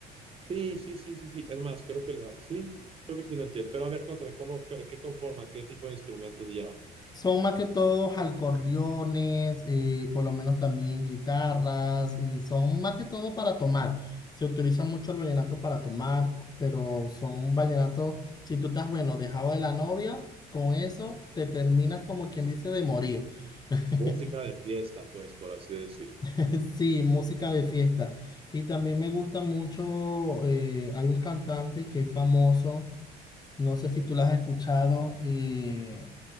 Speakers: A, on the right (about 35°); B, on the left (about 25°).
A: Sí, sí, sí, sí, sí. Es más, creo que la, sí, creo que sí lo entiendo. Pero a ver, cuéntame, ¿cómo, qué, qué conforma, qué tipo de instrumentos llevan?
B: Son más que todos acordeones, eh, por lo menos también guitarras, y son más que todo para tomar. Se utiliza mucho el vallenato para tomar, pero son vallenatos, si tú estás, bueno, dejado de la novia, con eso te terminas como quien dice de morir. <laughs>
A: Música de fiesta, pues, por así decir.
B: <laughs> Sí, música de fiesta. Y también me gusta mucho, eh, hay un cantante que es famoso, no sé si tú lo has escuchado, eh,